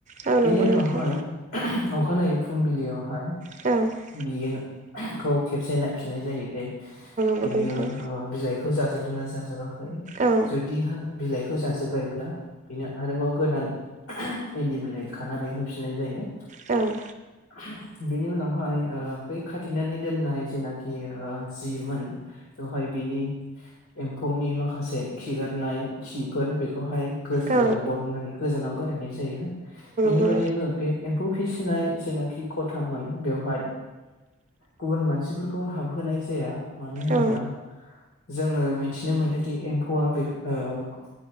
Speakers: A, on the right; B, on the left.
A: औ नंगौ
B: बिनि
A: नोंथां।
B: उनावहाय ओह अखानायै फुंबिलिआवहाय
A: औ नंगौ
B: बियो ओह खौ खेबसे नायफिननाय जायो दे
A: नोंथां।
B: बियो ओ बिलाइखौ जाजोबदों ना जाजोबाखै
A: औ
B: जुदि हा बिलाइखौ जाजोब्बायब्ला बिनो आरोबाव गोदान ओह इन्दि बिलाइ खानानै होफिननाय जायो
A: औ
B: ओह बेनि उनावहाय ओ बै खाथिनानै दोननाय जेनाखि जिमोन बेवहाय बिनि एम्फौनि माखासे खिगारनाय खिफोर बेखौहाय गो
A: औ
B: ओ बरननानै गोजानाव गारैनाय जायो बिनि
A: गोजानाव दोननाय जायो। औ नंगौ
B: बादैबो बे एम्फौ फिसिनाय जेनाखि ख'थामोन बेवहाय गुबुन मानसिफोरखौ हाबहोनाय जाया मानो होनोब्ला
A: औ
B: जोङो मिन्थिनो मोनोदि एम्फौआ बेफो ओ